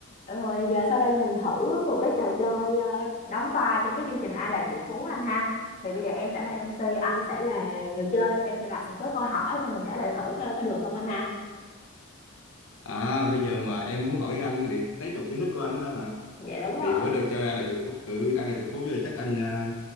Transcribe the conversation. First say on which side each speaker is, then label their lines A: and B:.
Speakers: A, on the left; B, on the left.
A: Rồi giờ sau đây mình thử một cái trò chơi ờ, đóng vai cho cái chương trình Ai là triệu phú anh ha. Thì bây giờ em sẽ là MC, anh sẽ là người chơi, em sẽ đặt một số câu hỏi xong mình trả lời thử coi có được không anh ha.
B: À, bây giờ mà em muốn hỏi anh để test độ kiến thức của anh đó hả?
A: Dạ đúng rồi.
B: Thì với đồ chơi ai là triệu phú, ừ, ai là triệu phú thì chắc anh à,